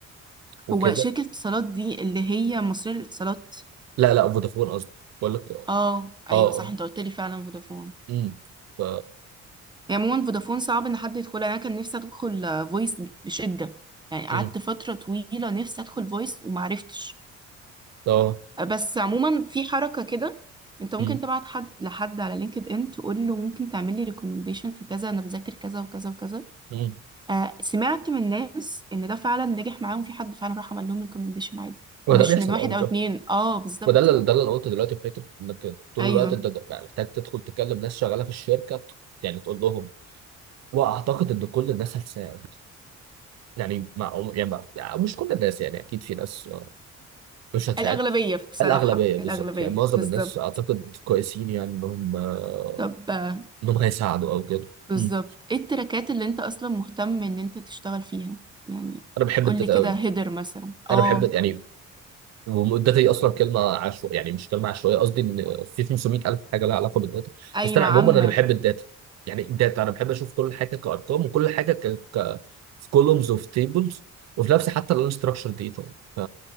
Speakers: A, on the right; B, on the right.
A: وكده
B: هو شركة اتصالات دي اللي هي مصرية للاتصالات
A: لا لا فودافون قصدي بقول لك اه
B: اه ايوه
A: اه
B: صح انت قلت لي فعلا فودافون
A: امم ف
B: هي عموما فودافون صعب ان حد يدخلها يعني انا كان نفسي ادخل فويس بشدة يعني قعدت
A: امم
B: فترة طويلة نفسي ادخل فويس ومعرفتش
A: اه
B: بس عموما في حركة كده انت ممكن
A: امم
B: تبعت حد لحد على لينكد ان تقول له ممكن تعمل لي ريكومنديشن في كذا انا بذاكر كذا وكذا وكذا
A: امم
B: آه سمعت من ناس ان ده فعلا نجح معاهم في حد فعلا راح عمل لهم ريكومنديشن عادي
A: وده
B: ومش
A: بيحصل
B: من واحد
A: اه بالظبط
B: او اتنين اه بالظبط
A: وده اللي ده اللي انا قلته دلوقتي في فكره انك طول
B: ايوه
A: الوقت انت بقى محتاج تدخل تكلم ناس شغاله في الشركه ت- يعني تقول لهم واعتقد ان كل الناس هتساعد يعني مع يعني, مع يعني مش كل الناس يعني اكيد في ناس آه، مش هتساعد
B: الاغلبية بصراحة
A: الاغلبيه بالظبط
B: الاغلبية
A: يعني معظم
B: بالظبط
A: الناس اعتقد كويسين يعني انهم آه،
B: طب آه،
A: انهم هيساعدوا او كده
B: بالظبط
A: مم.
B: ايه التراكات اللي انت اصلا مهتم ان انت تشتغل فيها يعني
A: انا بحب
B: قول
A: التداوي
B: لي كده هيدر مثلا اه
A: انا بحب يعني والداتا دي اصلا كلمه عشوائيه يعني مش كلمه عشوائيه قصدي ان في 500 الف حاجه لها علاقه بالداتا
B: ايوه
A: بس انا
B: عامة
A: عموما انا بحب الداتا يعني الداتا انا بحب اشوف كل حاجه كارقام وكل حاجه ك... ك... في كولومز وفي تيبلز وفي نفسي حتى الانستراكشر داتا يعني ف